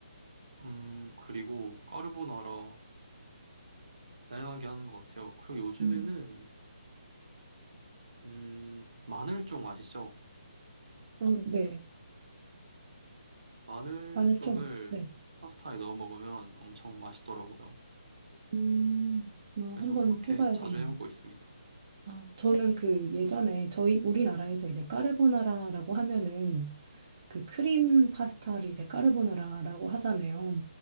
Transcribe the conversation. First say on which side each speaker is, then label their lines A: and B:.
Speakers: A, on the right; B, on the right.
A: 음, 그리고 까르보나라 다양하게 하는 것 같아요. 그리고 요즘에는
B: 음.
A: 음, 마늘쫑 아시죠?
B: 어, 네.
A: 마늘쫑을
B: 마늘 좀. 네.
A: 파스타에 넣어 먹으면 엄청 맛있더라고요.
B: 음, 아,
A: 그래서
B: 한번
A: 그렇게
B: 해봐야
A: 자주
B: 되네요.
A: 해 먹고 있습니다.
B: 아, 저는 그 예전에 저희 우리나라에서 이제 까르보나라라고 하면은 그 크림 파스타를 이제 까르보나라라고 하잖아요.